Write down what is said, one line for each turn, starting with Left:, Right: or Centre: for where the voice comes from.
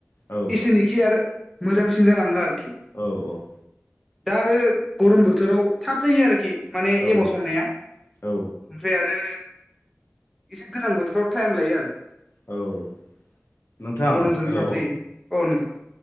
Left: औ
Centre: इसेरनिखि आरो मोजांसिन जालाङो आरोखि
Left: औ औ
Centre: दा आरो गरम बोथोराव थाब जायो आरोखि माने
Left: औ
Centre: एमाव संनाया
Left: औ
Centre: ओमफ्राय आरो एसे गोजां बोथोराव टाइम लायो आरो
Left: औ नोंथां
Centre: गरमजों
Left: हेल'
Centre: थाब जायो औ नोंथां